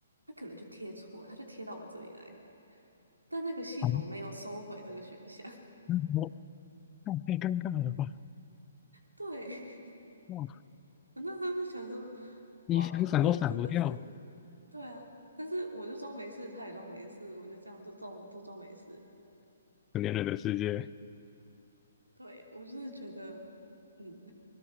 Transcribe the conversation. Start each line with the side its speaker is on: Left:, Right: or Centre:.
Right: 他可能就贴错了他就贴到我这里来了，但那个系统没有收回这个选项。
Left: 啊，那我太太尴尬了吧？
Right: <laughs> 对，<laughs>
Left: 哇，
Right: 我那时候就想说，
Left: 你想闪都闪不掉，
Right: 哇，你真的是，对啊，但是我就装没事，他也装没事，我就这样就装都装没事。
Left: 成年人的世界，
Right: 对，我就是觉得，嗯，